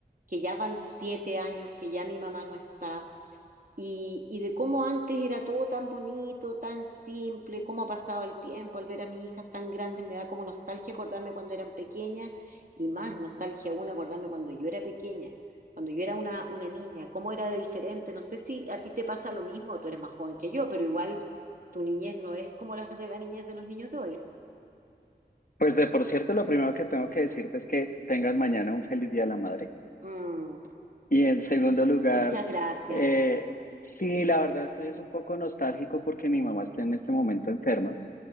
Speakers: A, on the right; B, on the left.
A: que ya van siete años, que ya mi mamá no está, y, y de cómo antes era todo tan bonito, tan simple, cómo ha pasado el tiempo al ver a mis hijas tan grandes, me da como nostalgia acordarme cuando eran pequeñas, y más nostalgia aún acordarme cuando yo era pequeña, cuando yo era una, una niña, cómo era de diferente. No sé si a ti te pasa lo mismo, tú eres más joven que yo, pero igual tu niñez no es como las de la niñez de los niños de hoy.
B: Pues de por cierto, lo primero que tengo que decirte es que tengas mañana un feliz Día de la Madre.
A: Mm,
B: Y en segundo lugar,
A: muchas gracias.
B: eh, sí, la verdad estoy es un poco nostálgico porque mi mamá está en este momento enferma